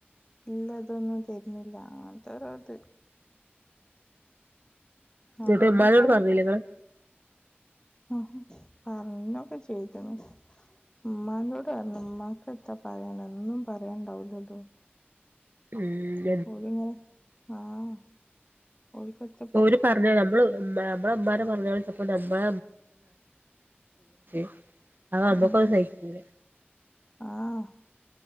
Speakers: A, on the left; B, on the right.
A: ഇല്ലതൊന്നും തരുന്നില്ല അങ്ങനത്തെ ഒരത്
B: എന്നിട്ട്
A: അതുകൊണ്ടേക്കാരം
B: ഇമ്മാനോട് പറഞ്ഞില്ല നിങ്ങള്
A: ആഹ് പറഞ്ഞൊക്കെ ചെയ്ട്ടന്ന് ഉമ്മൻ്റോടെ പറഞ്ഞ് ഉമ്മാക്ക് എത്താ പറയാന ഒന്നും പറയാനണ്ടാവലല്ലോ
B: മ്ഹ്
A: ഓഴിങ്ങനെ ആഹ് ഒഴിപ്പോ എത്ര
B: ഓര് പറഞ്ഞ നമ്മള് <unintelligible> നമ്മള ഉമ്മാന പള്ളു വിളിച്ചപ്പോ നമ്മള <unintelligible> അത് അമ്മക്കത്
A: ഉം
B: സഹിക്കൂല
A: ആഹ്